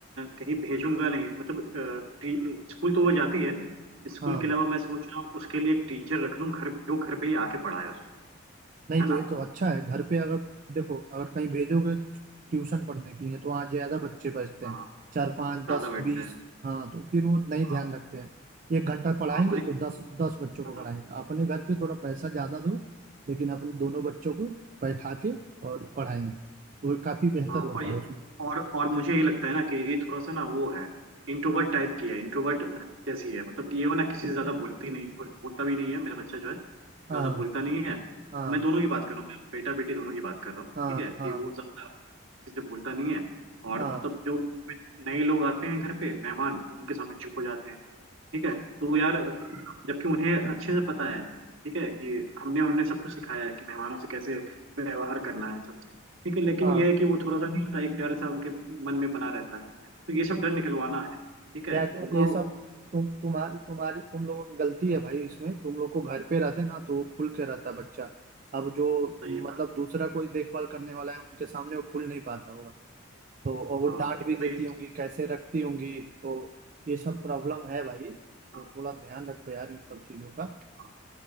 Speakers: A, on the right (about 65°); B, on the right (about 40°).
A: कहीं भेजूंगा नहीं मतलब अ, टी- स्कूल तो वो जाती है स्कूल
B: हाँ
A: के अलावा मैं सोच रहा हूँ उसके लिए एक टीचर रख लूँ घर जो घर पे ही आके पढ़ाए
B: नहीं
A: है
B: तो
A: ना
B: ये तो अच्छा है घर पे अगर देखो अगर कहीं भेजोगे ट्यूशन पढ़ने के लिए तो वहाँ ज्यादा बच्चे बचते हैं
A: हाँ
B: चार पाँच
A: ज्यादा
B: दस
A: बैठते
B: बीस
A: हैं
B: हाँ तो फिर वो नहीं
A: हाँ
B: ध्यान रखते हैं एक घंटा पढ़ाएंगे
A: हाँ और
B: तो
A: ये
B: दस दस बच्चों को
A: हाँ
B: पढ़ाएंगे अपने घर पे थोड़ा पैसा ज्यादा दो लेकिन अपने दोनों बच्चों को बैठा के और पढ़ाएंगे वो काफी बेहतर
A: हाँ
B: होता
A: और ये
B: है उसमें
A: और और मुझे ये लगता है ना कि ये थोड़ा सा ना वो है इंट्रोवर्ट टाइप की है इंट्रोवर्ट जैसी है मतलब ये वो ना किसी से ज्यादा बोलती नहीं बोल, बोलता भी नहीं है मेरा बच्चा जो है ज्यादा
B: हाँ
A: बोलता नहीं है
B: हाँ
A: मैं दोनों की बात कर रहा हूँ मेरा बेटा बेटी दोनों की बात कर रहा हूँ
B: हाँ
A: ठीक है
B: हाँ
A: कि वो ज्यादा किसी से बोलता नहीं है और
B: हाँ
A: मतलब जो नए लोग आते हैं घर पे मेहमान तो उनके सामने चुप हो जाते हैं ठीक है तो यार जबकि उन्हें अच्छे से पता है ठीक है कि हमने उन्हें सब कुछ सिखाया है कि मेहमानों से कैसे व्यवहार करना है सबसे ठीक है लेकिन
B: हाँ
A: यह है कि वो थोड़ा सा नहीं होता एक डर सा उनके मन में बना रहता है तो ये सब डर निकलवाना है ठीक है
B: यार तो
A: उनको
B: ये सब तुम तुम्हारी तुम्हारी तुम लोगों की गलती है भाई इसमें तुम लोग को घर पे रहते ना तो वो खुल के रहता बच्चा अब जो
A: सही
B: मतलब
A: बात
B: दूसरा कोई देखभाल करने वाला है उनके सामने वो खुल नहीं पाता होगा तो और वो
A: हाँ
B: डांट भी देती
A: वही-
B: होंगी कैसे रखती होंगी तो ये सब प्रॉब्लम है भाई तो
A: हाँ
B: थोड़ा ध्यान रखो यार इन सब चीजों का
A: हाँ